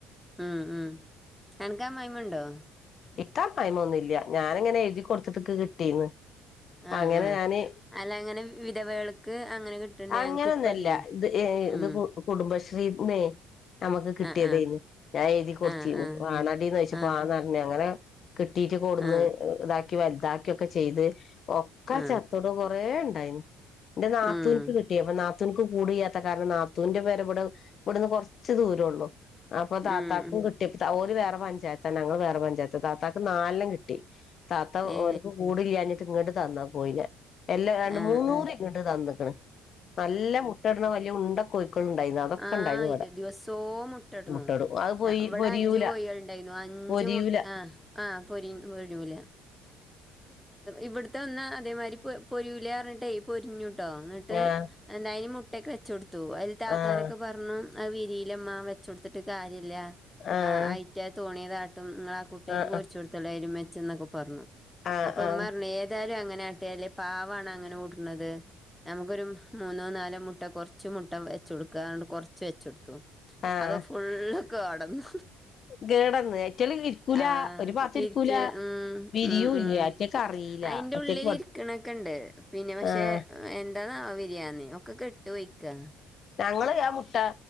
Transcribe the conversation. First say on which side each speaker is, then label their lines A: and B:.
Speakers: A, in the centre; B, on the left.
A: ഉം ഉം എനക്ക് അമ്മായിമ്മ ഇണ്ടോ
B: ഇൻക്ക് അമ്മായിമ്മൊന്നുല്ല ഞാാനിങ്ങനെ എഴുതി കൊടുത്ത്ട്ട്ക്ക് കിട്ടീന്ന്
A: ആ
B: അങ്ങനെ
A: ആ
B: ഞാന്
A: അല്ല അങ്ങനെ വിധവകൾക്ക് അങ്ങനെ കിട്ട്ണ്ട്
B: അങ്ങനൊന്നല്ല
A: ഞങ്ങക്ക് ഇപ്പല്ലേ
B: ഇത് ഏ ഇത്
A: ഉം
B: കുടുംബശ്രീന്നെ നമുക്ക് കിട്ടിയതന്ന്
A: ആ ആ
B: ഞാനെഴുതി കൊട്ത്തീന്ന്
A: ആ ആ
B: വാണാ ടീന്ന് പോയ്ച്ചപ്പോ
A: ആ
B: അങ്ങനെ. കിട്ടീട്ട് കൊടുന്ന്
A: ആ
B: ഇതാക്കി വലുതാക്കിൊക്കെ ചെയ്ത് ഒക്കാ
A: ആ
B: ചത്തോട് കൊറേ ഉണ്ടായിന്ന് എന്റെ നാത്തൂനിപ്പ്
A: ഉം
B: കിട്ടി അപ്പ നാ നാത്തുൻക്ക് കൂട്ല്ലാത്ത കാരണം നാത്തുവിന്റെ പേര വടെ ഇവിടുന്ന് കുറച്ച് ദൂരം ഉള്ളു അപ്പൊ തത്താക്കും
A: ഉം
B: കിട്ടി ഓല് വേ പഞ്ചായത്ത് ആണ് ഞങ്ങൾ വേറെ പഞ്ചായത്ത് താത്താക്ക് നാലെണ്ണം കിട്ടി താത്ത
A: ഏ
B: ഓൽക്ക് കൂട് ഇല്ലാഞ്ഞിട്ട് ഇങ്ങോട്ട് തന്നാ കോഴിനെ എല്ലാം രണ്ട്
A: ആ
B: മൂന്നൂറി
A: ആ
B: ഇങ്ങോട്ട് തന്നിക്ക്ണ് നല്ല മുട്ടയിടണം വല്ല്യ ഉണ്ട കോഴിക്കൾ ഉണ്ടായിരുന്നു അതൊക്കെ
A: ആഹ്
B: ഉണ്ടായിരുന്നു ഇവിടെ
A: ദിവസോ മുട്ടിടുന്നു
B: മുട്ടടും അത് പൊരി
A: ഇവിടെ
B: പൊരിയൂല
A: അഞ്ചു കോഴികളുണ്ടായിന്നു ആ അ അഞ്ചു
B: പൊരിയൂല
A: മുട്ടി ആ ആഹ് പൊരി പൊരൂല ഇവിടുത്തെ ഒന്ന് അതേമാതിരി പൊരിൂല പറഞ്ഞിട്ടേ പൊരിഞ്ഞുട്ടോ എന്നിട്ട്
B: ആഹ്
A: എന്തായന് മുട്ടൊക്കെ വെച്ച് കൊടുത്തു അതില് താത്താരൊക്കെ
B: ആഹ്
A: പറഞ്ഞു ആ വിരിലമ്മ വെച്ച് കൊടുത്തിട്ട് കാര്യില്ല
B: ആഹ്
A: ആ് ആയിറ്റ തോണി ആ കുട്ട്യാക്ക്
B: ആഹ്
A: പോരിച്ച് കൊടുത്താളി അയലും മെച്ചം എന്നൊക്കെ പറഞ്ഞു
B: ആഹ്
A: അപ്പൊ
B: ആഹ്
A: മ്മ പറഞ്ഞു ഏതാലും അങ്ങ നൊവട്ടെ പാവാണ് അങ്ങനെ കൂട്ടുന്നത് നമുക്കൊരു മൂന്നോ നാലോ മു മുട്ട കൊറച്ച് മുട്ട വെച്ച് കൊടുക്കാറഞ്ഞിട്ട് കൊറച്ച് വെച്ച് കൊടുത്തു
B: ആഹ്
A: അത് ഫുളള് കേടന്നു
B: കേടന്ന് അയ്റ്റള് ഇരിക്കൂല
A: ആഹ്
B: ഒരു ഭാഗത്ത്
A: പിറ്റേ
B: ഇരിക്കൂല
A: ഉം
B: വിരിയൂല്ല
A: ഉം ഉം
B: അറ്റക്ക് അറിയില്ല
A: അയിന്റെ
B: അറ്റക്ക്
A: ഉള്ളിൽ
B: പ
A: ഇരിക്കണൊക്കെ ഉണ്ട് പിന്നെ പക്ഷെ
B: ആഹ്
A: എ ട്ടന്നാ വിരിയാന് ഒക്കെ കെട്ട് പോയ്ക്കാ
B: ഞങ്ങള് മുട്ട